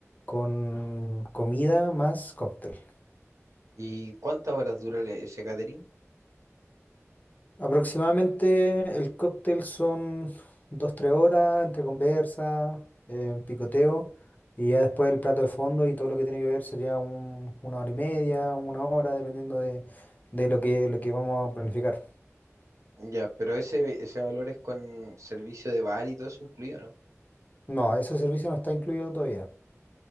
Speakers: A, on the left; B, on the right.
A: con comida más cóctel.
B: ¿Y cuántas horas dura el- ese catering?
A: Aproximadamente el cóctel son dos tres horas entre conversa, eh, picoteo, y ya después el plato de fondo y todo lo que tiene que ver sería un- una hora y media, una hora, dependiendo de, de lo que, lo que vamos a planificar.
B: Ya, pero ese, ese valor es con servicio de bar y todo eso incluido,
A: No, ese servicio no está incluido todavía.